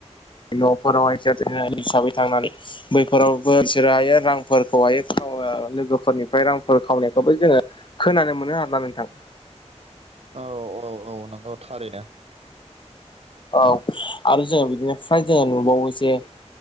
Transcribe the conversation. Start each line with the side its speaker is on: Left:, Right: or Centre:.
Left: न'फोरावहाय जारि हिसाबै थांनानै बैफोरावबो बिसोरो हायो रांफोरखौहायो खो आरो लोगोफोरनिफ्राय रांफोर खामनायखौबो जोङो खोनानो मोनो आरोना नोंथां।
Right: औ औ औ नोंगौ थारैनो।
Left: औ आरो जोङो बिदिनो फ्राय जोङो नुबावो जे